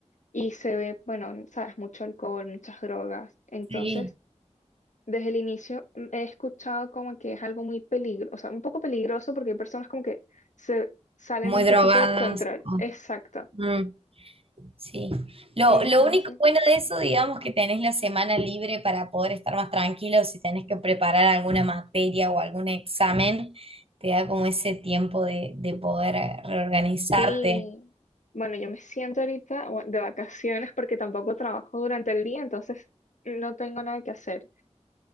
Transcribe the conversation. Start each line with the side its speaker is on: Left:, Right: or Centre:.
Left: y se ve, bueno, sabes, mucho alcohol, muchas drogas. Entonces,
Right: Sí,
Left: desde el inicio mm, he escuchado como que es algo muy peligroso, o sea, un poco peligroso porque hay personas como que se salen
Right: muy
Left: un
Right: drogadas.
Left: poquito de control.
Right: o-
Left: Exacto.
Right: mm, sí. Lo,
Left: Entonces...
Right: lo único bueno de eso, digamos, que tenés la semana libre para poder estar más tranquilo si tenés que preparar alguna materia o algún examen, te da como ese tiempo de, de poder eh, reorganizarte.
Left: Sí, bueno, yo me siento ahorita bueno, de vacaciones porque tampoco trabajo durante el día, entonces no tengo nada que hacer.